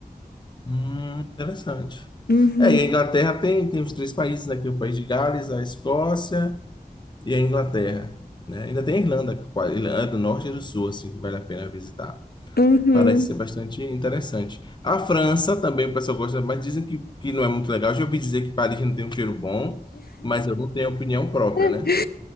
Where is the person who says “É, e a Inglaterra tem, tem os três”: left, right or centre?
Left